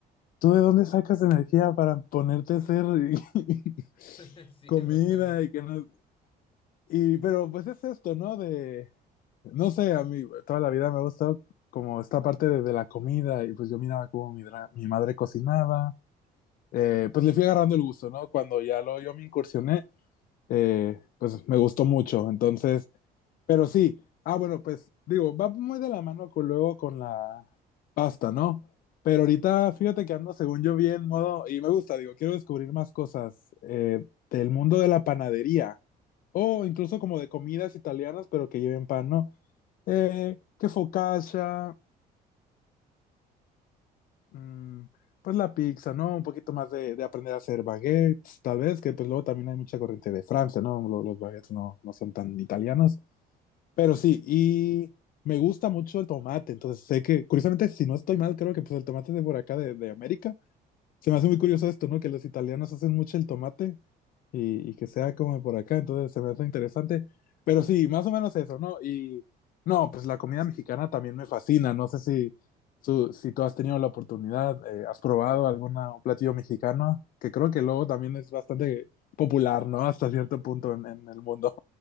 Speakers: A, on the left; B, on the left.
A: ¿tú de dónde sacas energía para ponerte a hacer <laughs>
B: <laughs> sí,
A: comida
B: exactamente.
A: y que no... Y, pero pues es esto, ¿no? De, no sé, a mí toda la vida me ha gustado como esta parte de, de la comida y pues yo miraba cómo mi, dra- mi madre cocinaba. Eh, pues le fui agarrando el gusto, ¿no? Cuando ya lo yo me incursioné, eh, pues me gustó mucho. Entonces, pero sí, ah, bueno, pues digo, va muy de la mano con, luego con la pasta, ¿no? Pero ahorita fíjate que ando, según yo, bien modo, y me gusta, digo, quiero descubrir más cosas eh, del mundo de la panadería o incluso como de comidas italianas, pero que lleven pan, ¿no?
B: Ok.
A: Eh, que focaccia, mm, pues la pizza, ¿no? Un poquito más de, de aprender a hacer baguettes, tal vez, que pues luego también hay mucha corriente de Francia, ¿no? Lo- Los, baguettes no, no son tan italianos, pero sí, y me gusta mucho el tomate, entonces sé que, curiosamente, si no estoy mal, creo que pues el tomate es de por acá, de, de América. Se me hace muy curioso esto, ¿no? Que los italianos hacen mucho el tomate y, y que sea como por acá, entonces se me hace interesante. Pero sí, más o menos eso, ¿no? Y no, pues la comida mexicana también me fascina, no sé si, tú- si tú has tenido la oportunidad, eh, has probado algún platillo mexicano, que creo que luego también es bastante popular, ¿no? Hasta cierto punto en, en el mundo.